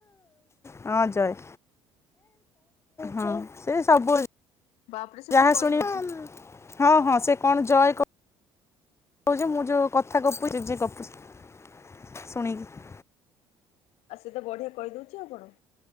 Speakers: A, on the left (about 25°); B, on the left (about 70°).
A: ହଁ ଜୟ ହଁ ସେ ସବୁ
B: ବାପରେ ସେ ପୁରା
A: ଯାହା
B: କହିଦଉଛି।
A: ଶୁଣିଅ ହଁ ହଁ ସେ କଣ ଜୟ କ କହୁଚି ମୁଁ ଯଉଁ କଥା ଗପୁଚି ଯେ ଗପୁଚି ଶୁଣିକି।
B: ଆଉ ସିଏ ତ ବଢ଼ିଆ କହି ଦଉଚି ଆଉ କଣ?